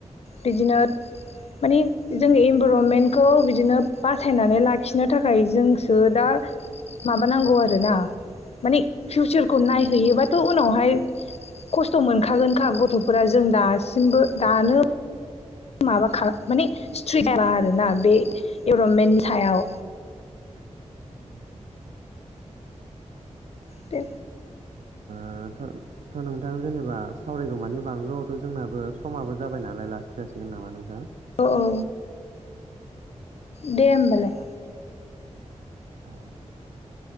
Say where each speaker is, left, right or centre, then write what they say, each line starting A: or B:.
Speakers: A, on the left; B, on the right.
A: बिदिनो मानि जों इनभा र्मेन्टखौ बिदिनो बासायनानै लाखिनो थाखाय जोंसो दा माबानांगौ आरोना मानिे फिउचारखौ नायहैयोबाथ' उनावहाय खस्थ' मोनखागोनखा गथ'फोरा जों दासिमबो दानो माबा खालाम माने स्ट्रिट जायाबा आरोना बे इभरनमेन्टनि सायाव
B: उ
A: दे
B: ओ थ'थ' नोंथां जेनेबा सावरायगौमानि बांगौ थ' जोंनाबो समाबो जाबाय नालाय लाखि थसि गोन नामा नोंथां।
A: औ औ दे होमबालाय
B: औ